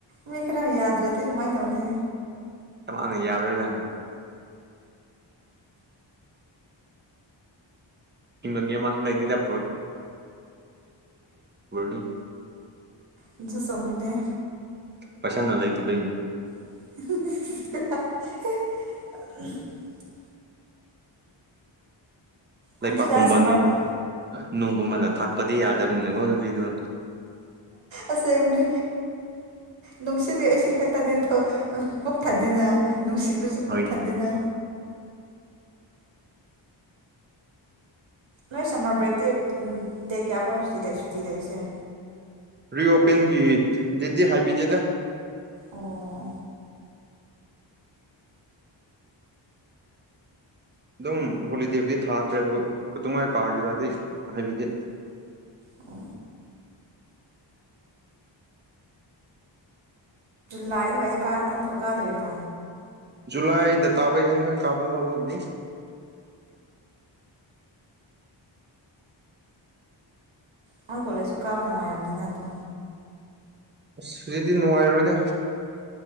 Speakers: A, on the right; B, on the right.
A: ꯃꯤ ꯈꯥꯔꯅ ꯌꯥꯗ꯭ꯔꯗꯤ ꯀꯃꯥꯏ ꯇꯧꯅꯤ
B: ꯢꯃꯥꯅ ꯌꯥꯔꯣꯏꯔꯥꯅꯤ ꯍꯤꯟꯕ ꯃꯤ ꯑꯃꯁꯨ ꯂꯩꯇꯦꯗ <unintelligible> <unintelligible>
A: ꯎꯝ ꯁꯨꯁꯣꯃꯅꯦ
B: ꯄꯁꯅ ꯂꯩꯇꯕꯩ
A: <inaudible>
B: ꯂꯩꯄꯥꯛꯀꯨꯝꯕ
A: ꯍꯧꯖꯤꯛꯀꯥꯟ ꯁꯝꯃꯔ
B: ꯅꯨꯡꯒꯨ ꯄꯨꯝꯕꯅ ꯊꯛꯄꯗꯤ ꯌꯥꯗꯕꯅꯤꯅꯀꯣ ꯅꯨꯄꯤꯗꯨ
A: ꯑꯁꯅꯦ ꯅꯨꯡꯁꯤꯠꯒꯤ ꯏꯁꯤꯡ ꯈꯛꯇꯅꯦ ꯄꯨꯛ ꯊꯟꯗꯦꯅ ꯅꯨꯡꯁꯤꯕꯁꯨ
B: ꯍꯣꯏꯅꯦ
A: ꯄꯛꯊꯗꯅ ꯅꯣꯏ ꯁꯝꯃꯔ ꯕ꯭ꯔꯦꯛꯇꯤ ꯗꯦꯛ ꯀꯌꯥ ꯐꯥꯎꯕ ꯁꯨꯇꯤ ꯇꯁꯦ
B: ꯔꯤꯑꯣꯄꯦꯟꯒꯤ ꯗꯦꯗꯤ ꯍꯥꯏꯕꯤꯗꯦꯗ
A: ꯑꯣ
B: ꯑꯗꯨꯝ ꯍꯣꯂꯤꯗꯦꯕꯨꯗꯤ ꯊꯥꯈ꯭ꯔꯦ ꯑꯗꯨ ꯀꯗꯉꯥꯏ ꯀꯥꯒꯤꯔꯥꯗꯤ ꯍꯥꯏꯕꯤꯗꯦ
A: ꯑꯣ ꯂꯥꯛ ꯑꯗꯨꯋꯥꯏꯗ ꯑꯃꯨꯛꯀꯛ ꯀꯥꯗꯣꯏꯔꯥ
B: ꯖꯨꯂꯥꯏꯗ ꯇꯥꯕ ꯌꯥꯏ ꯀꯥꯕ ꯍꯧꯕꯕꯨꯗꯤ
A: ꯅꯣꯏ ꯀꯣꯂꯦꯖꯁꯨ ꯀꯥꯕ ꯅꯨꯡꯉꯥꯏꯔꯕꯅꯤꯅ ꯑꯗꯣ
B: ꯑꯁ ꯍꯧꯨꯖꯤꯗꯤ ꯅꯨꯡꯉꯥꯏꯔꯣꯏꯗ